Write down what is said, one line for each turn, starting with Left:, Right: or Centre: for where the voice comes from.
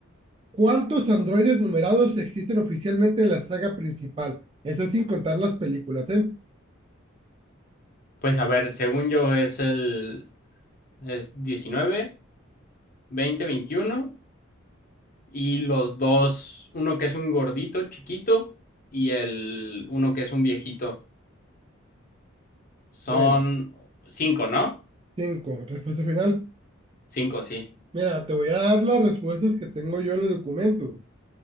Right: ¿cuántos androides numerados existen oficialmente en la saga principal? Eso sin contar las películas, ¿eh?
Left: Pues a ver, según yo es el... es diecinueve, veinte, veintiuno. Y los dos, uno que es un gordito chiquito y el uno que es un viejito. Son
Right: Bueno,
Left: cinco, ¿no?
Right: cinco. Respuesta final.
Left: Cinco, sí.
Right: Mira, te voy a dar las respuestas que tengo yo en el documento